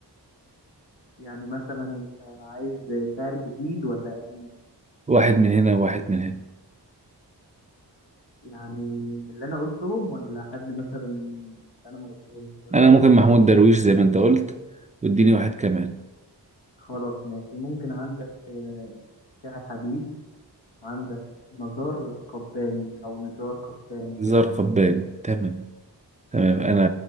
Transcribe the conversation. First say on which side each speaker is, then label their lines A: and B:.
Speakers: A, on the left; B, on the right.
A: يعني مثلا أنت عايز شعر جديد ولا قديم؟
B: واحد من هنا وواحد من هنا
A: يعني من اللي أنا قلتهم ولا حد مثلا أنا ما قلتهمش طيب
B: انا ممكن محمود درويش زي ما انت قلت واديني واحد كمان
A: خلاص ماشي ممكن عندك آه، شعر حديث عندك نزار قباني او نزار قباني
B: زار قباني تمام تمام انا